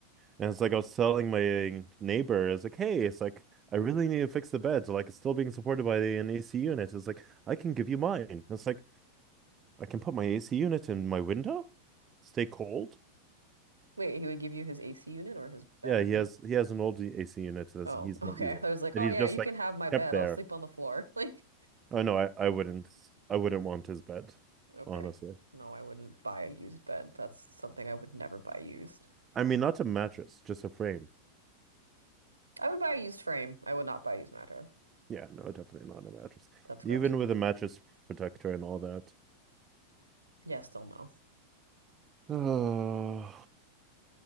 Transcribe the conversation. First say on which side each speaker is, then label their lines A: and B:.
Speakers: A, on the right; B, on the right.
A: And it's like I was telling my neighbor, it's like, hey, it's like I really need to fix the bed. So like it's still being supported by an AC unit. It's like I can give you mine. And It's like I can put my AC unit in my window, stay cold.
B: Wait, he would give you his AC unit or his bed?
A: Yeah, he has he has an old AC unit that
B: Oh,
A: he's
B: <laughs> okay.
A: not using
B: I was like,
A: that
B: oh
A: he's
B: yeah,
A: just
B: you
A: like
B: can have my bed.
A: kept there.
B: I'll sleep on the floor. <laughs> Like,
A: Oh no, I, I wouldn't I wouldn't want his bed,
B: Okay.
A: honestly.
B: No, I wouldn't buy a used bed. That's something I would never buy used.
A: I mean, not a mattress, just a frame.
B: I would buy a used frame. I would not buy a used mattress.
A: Yeah, no, definitely not a mattress.
B: That's gross.
A: Even with a mattress protector and all that.
B: Yeah, still no.
A: <sighs> Oh.